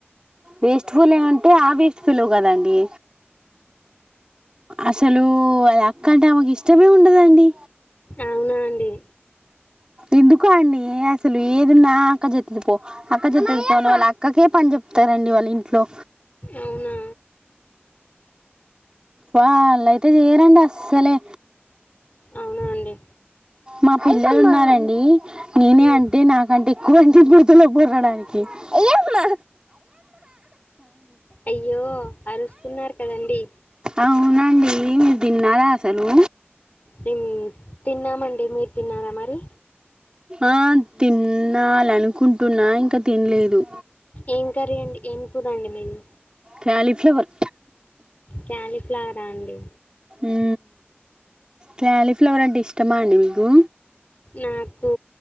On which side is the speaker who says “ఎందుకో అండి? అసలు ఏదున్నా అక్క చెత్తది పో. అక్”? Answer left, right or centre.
Right